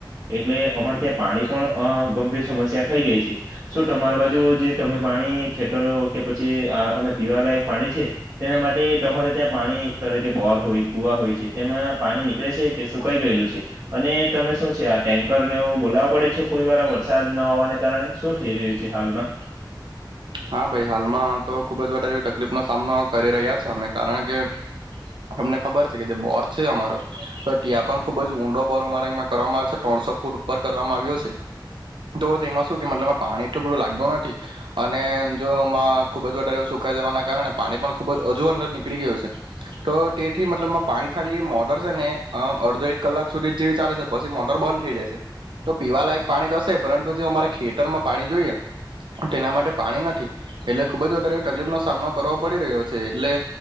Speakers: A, on the right; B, on the right.
A: એટલે અમારે ત્યાં પાણી પણ ગંભીર સમસ્યા થઈ ગઈ છે શ તમારી બાજુ તમે પાણી ખેતરો કે પછી તમે પીવા લયક પાણી છે તેના માટે તમારે ત્યાં પાણી તરે કે બોર હોય કુવા હોય છે તેમાં પાણી નીકળે છે કે સુકાઈ ગયેલું છે અને મે શું છે આ ટેન્કરનેવ બોલાવવા પડે છે કોઈ વાર વરસાદ ન આવવાને કારણે શું થઈ રહ્યું છે હાલમાં.
B: હા ભાઈ હાલમાં તો ખુબ જ વધારે તકલીફનોો સામનો કરી રહ્યા છે અમે કારણ કે તમને ખબર છે કે જે બોર છે અમારો તો ત્યા પણ ખુબ જ ઊંડો બોર અમારા અ કરવામાં આવે છે ટોત સ ફૂટ ઉપ કર આવ્યો છે તો તેમાં શ કે મતલ પાણી એટલું બધું લાગ્યું નથી. જોમાં ખુબ જ વધારે સુકાઈ જવાના કારણે પાણી પણ ખુબ જ હજુ અંદર નીકળી ગયું છે. તો તે થી મતલબ પાણી ખાલી મોટર છે ને અ અડધો એક કલાક સુધી જ જેવી ચાલે છે પી મોટર બંધ થઈ. તો પીવાલાયક પાણી હશે પરંતુ જે અમારા ખેતરમાં પાણી જોઈએ તેના માટે પાણી નથી એટલે ખુબ જ વધારે તકલીફ નો સામનો કરવો પડી રહ્યો છે એટલે